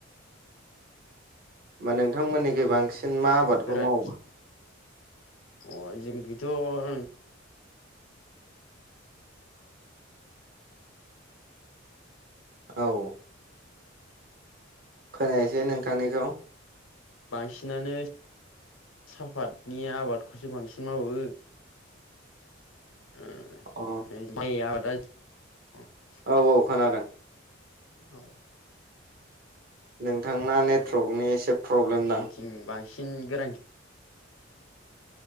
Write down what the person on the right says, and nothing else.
होमबा नोंथांमोननिखुइ बांसिन मा आबादखौ
मावो।
औ खोनायसै नोंथांनिखौ।
अ
औ औ खोनादों
नोंथांना नेटवर्कनि एसे प्रब्लेम दां।